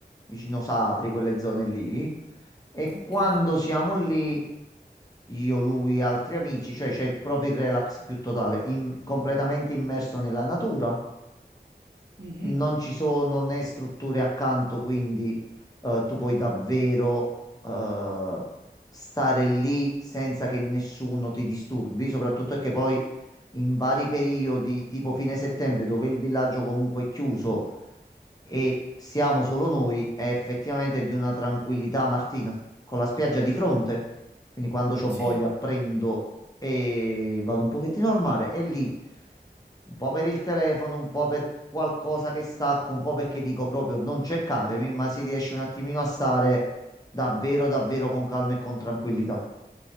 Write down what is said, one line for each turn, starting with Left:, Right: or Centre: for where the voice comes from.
Left: vicino Sapri, quelle zone lì. E
Right: Ok.
Left: quando siamo lì, io, lui e altri amici, cioè c'è il proprio il relax più totale, im- completamente immerso nella natura
Right: Mhm.
Left: non ci sono né strutture accanto, quindi eh, tu puoi davvero eh, stare lì senza che nessuno ti disturbi, soprattutto è che poi in vari periodi, tipo fine settembre, dove il villaggio comunque è chiuso, e siamo solo noi, è effettivamente di una tranquillità, Martina, con la spiaggia di fronte. Quindi quando c'ho
Right: Sì.
Left: voglia prendo e vado un pochettino al mare e lì un po' per il telefono, un po' per qualcosa che stacco, un po' perché dico proprio non cercatemi, ma si riesce un attimino a stare davvero, davvero con calma e con tranquillità.